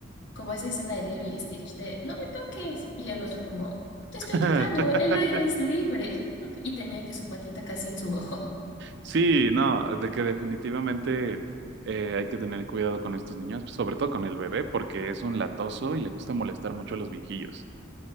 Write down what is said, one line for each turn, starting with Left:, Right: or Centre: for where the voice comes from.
Left: como esa escena de Lilo y Stitch de no me toques. Y el otro como, te estoy
Right: <laughs>
Left: tocando, el aire es libre. <laughs> Y tenía que su patita casi en su ojo.
Right: Sí, no, de que definitivamente eh, hay que tener cuidado con estos niños, sobre todo con el bebé, porque es un latoso y le gusta molestar mucho a los viejillos.